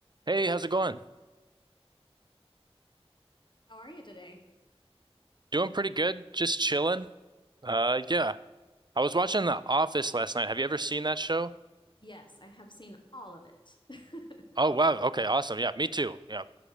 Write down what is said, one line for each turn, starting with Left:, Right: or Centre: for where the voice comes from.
Right: Hey, how's it going?
Left: How are you today?
Right: Doing pretty good. Just chilling. Uh, yeah. I was watching The Office last night. Have you ever seen that show?
Left: Yes, I have seen all of it. <laughs>
Right: Oh, wow. Okay, awesome. Yeah, me too. Yeah.